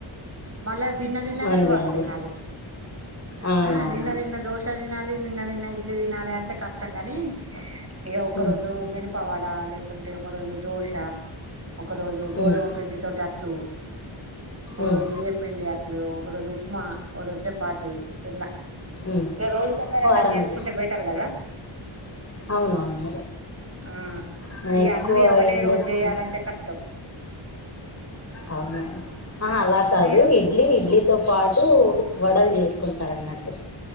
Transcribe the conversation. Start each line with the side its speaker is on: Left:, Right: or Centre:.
Right: మళ్ళ నిన్న తిన్నదే
Left: అవునులేండి
Right: ఇవాళ తినాలి
Left: అవునవును
Right: ఆ నిన్న తిన్న దోష తినాలి నిన్న తిన్న ఇడ్ల తినాలి అంటే కష్టం గని ఇగ ఒక
Left: ఉమ్,
Right: రోజు మినపవడలు లేకుంటే ఒక రోజు దోశ ఒక రోజు గోధుమ
Left: ఉమ్,
Right: పిండి తోటి అట్లు ఓ
Left: ఉమ్,
Right: రోజు బియ్యప్పిండి అట్లు ఓ రోజుఉప్మా ఓ రోజు చపాతి ఇట్ల
Left: ఉమ్.
Right: ఇగ రోజు ఒక్క రకం
Left: వారానికి
Right: చేసుకుంటే బెటర్ కదా
Left: అవునవును
Right: ఆ
Left: నీను
Right: ఇక
Left: ఎక్కువ
Right: అన్ని ఒకటే
Left: ఏం చేసుకోను
Right: రోజు చేయాలంటే కష్టం
Left: అవునా ఆ అలా కాదు
Right: మీరు
Left: ఇడ్లీ ఇడ్లీతో పాటు వడలు చేసుకుంటారు అన్నట్టు